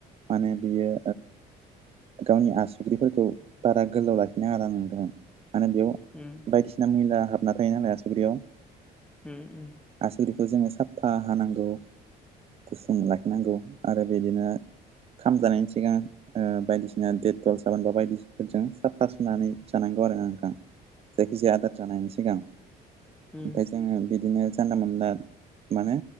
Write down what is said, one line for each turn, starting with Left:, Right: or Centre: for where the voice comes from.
Right: मानो बियो गावनि आसुगुफोरखौ बारा गोलाव लाखिनो आ नाङा आरो बेयाव
Centre: उम
Right: बायदिसिना मैला हाबना थायो नालाय आसुगुराव।
Centre: ओ ओ।
Right: आसुगुरखौ जोङो साफा हानांगौ। गुसुं लाखिनांगौ आरो बिदिनो खाम जानायनि सिगां बायदिसिना डेटल साबोन बा बायदिसिफोरजों साफा सुनानै जानांगौ आरो आ नोंथां। जायखिजाया आदार जानायायनि सिगां।
Centre: ओ।
Right: ओमफ्राय जोङो बिदिनो जानला मोनला माने